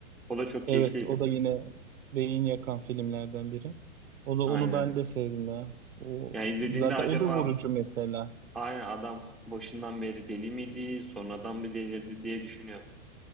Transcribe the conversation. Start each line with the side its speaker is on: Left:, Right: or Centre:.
Centre: O da çok
Right: Evet,
Centre: keyifliydi.
Right: o da yine beyin yakan filmlerden biri. O da
Centre: Aynen.
Right: onu ben de sevdim ya. O
Centre: Ya izlediğinde
Right: zaten
Centre: acaba
Right: o da vurucu mesela.
Centre: Aynen adam başından beri deli miydi, sonradan mı delirdi diye düşünüyorsun.